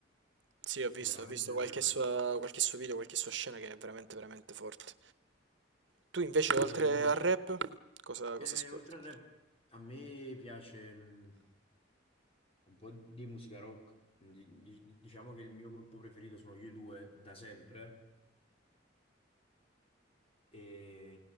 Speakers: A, on the right (about 75°); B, on the left (about 30°).
A: Sì, ho visto,
B: veramente,
A: ho visto
B: veramente
A: qualche sua,
B: forte.
A: qualche suo video, qualche sua scena che è veramente, veramente forte. Tu invece,
B: E
A: oltre
B: invece,
A: al rap, cosa,
B: eh,
A: cosa ascolti?
B: oltre al
A: oltre?
B: rap, a me piace mh, un po' di musica rock. Di- di- diciamo che il mio gruppo preferito sono gli U2 da sempre. E